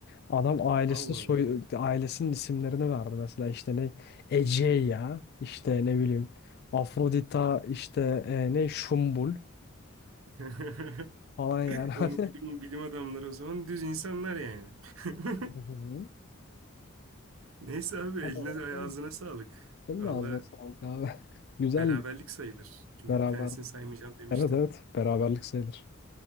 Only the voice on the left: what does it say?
Adam ailesini
soy
ailesinin isimlerini verdi mesela işte ne Egeya işte ne bileyim Afrodita işte eee, ne Şumbul
falan yani <laughs> hani
Hı hı.
tam
olarak öyle.
Senin
de ağzına sağlık abi. <laughs> Güzel
beraber.
Evet evet beraberlik sayılır.